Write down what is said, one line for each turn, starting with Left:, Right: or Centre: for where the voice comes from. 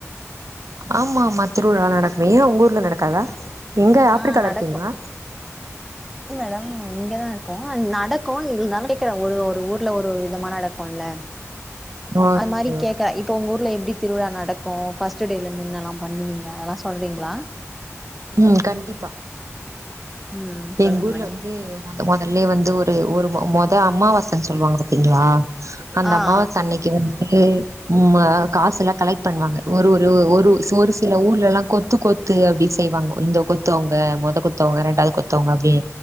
Right: ஆமா ஆமா திருவிழா எல்லா நடக்கு ஏன் உங்க ஊர்ல நடக்காதா எங்க ஆப்பிரிக்கால
Centre: ஆ நடக்கு
Right: இருக்கீங்ளா
Centre: இல்ல மேடம் இங்க தா இருக்கோ அ நடக்கும் இருந்தாலு கேக்குறே ஒரு ஒரு ஊர்ல ஒரு ஒரு விதமா நடக்கும்ல்ல
Right: ஓகே
Centre: அது மாறி கேக்க இப் போ உங்க ஊர்ல எப்டி திருவிழா நடக்கும் ஃபர்ஸ்ட் டேல இருந்து என்னலா பண்ணுவீங்க அதெல்லா சொல்கிறீங்ளா
Right: ம் கண்டிப்பா
Centre: ம்
Right: எங்க
Centre: சொல்லுங்க
Right: ஊர்ல
Centre: மேடம்
Right: வந்து முத மொதல்லயே வந்து ஒரு மொத அம்மாவாசன்னு சொல்லுவாங்க பாத்திங்ளா அந்த
Centre: ஆ
Right: அம்மாவாச
Centre: ஆ
Right: அன்னைக்கு வந்து உம்மா காசு எல்லா கலெக்ட் பண்ணுவாங்க ஒரு ஒரு ஒரு ஒரு சில ஊர்ல எல்லா கொத் த்து கொத்து அப்டி செய்வாங்க இந்த கொத்து அவங்க மொத கொத் அவங்க ரெண்டாவது கொத் த்தவங்க அப்டியே